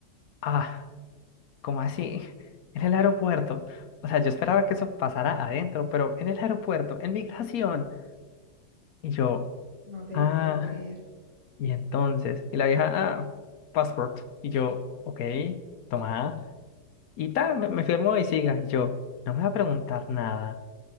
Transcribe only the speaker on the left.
ah. ¿Cómo así? <laughs> En el aeropuerto. O sea, yo esperaba que eso pasara adentro, pero en el aeropuerto, en migración. Y yo,
ah,
y entonces. Y la vieja, ah, passport. Y yo, ok, toma. Y tal, me, me firmó y siga. Y yo, no me va a preguntar nada.